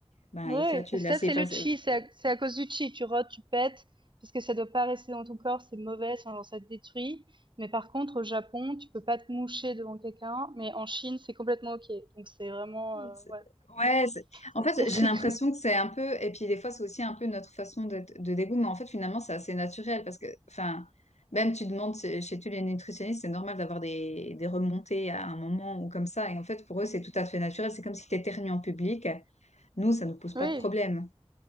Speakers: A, on the left (about 85°); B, on the right (about 45°).
A: ben,
B: Ouais,
A: ils flatulent
B: parce que
A: assez
B: ça c'est
A: faci-
B: le chi, c'est à, c'est à cause du chi. Tu rôtes, tu pètes, parce que ça doit pas rester dans ton corps, c'est mauvais, sinon ça te détruit. Mais par contre, au Japon, tu peux pas te moucher devant quelqu'un, mais en Chine, c'est complètement ok. Donc c'est vraiment, euh,
A: C'est-
B: ouais.
A: Ouais, c'est- en
B: c'est-
A: fait,
B: c'est-
A: j'ai l'impression
B: <laughs>
A: que c'est un peu, et puis des fois, c'est aussi un peu notre façon de, de dégoût, mais en fait, finalement, c'est assez naturel parce que, enfin, même tu demandes chez chez tous les nutritionnistes, c'est normal d'avoir des, des remontées à un moment ou comme ça, et en fait, pour eux, c'est tout à fait naturel, c'est comme si tu éternues en public, nous, ça ne nous pose
B: Oui,
A: pas de problème.